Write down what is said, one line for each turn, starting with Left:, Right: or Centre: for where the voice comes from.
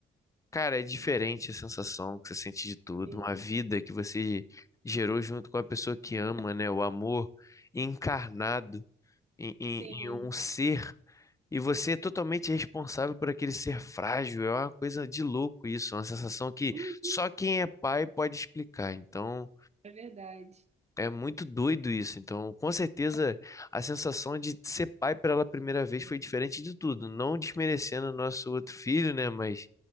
Left: Cara, é diferente a sensação que você sente de tudo,
Right: sim,
Left: uma vida que você gerou junto com a pessoa que ama, né? O amor encarnado em, em-
Right: sim,
Left: em um ser, e você é totalmente responsável por aquele ser frágil. É uma coisa de louco isso, é uma sensação que
Right: uhum.
Left: só quem é pai pode explicar. Então,
Right: É verdade.
Left: é muito doido isso. Então, com certeza, a sensação de ser pai pela primeira vez foi diferente de tudo. Não desmerecendo o nosso outro filho, né? Mas.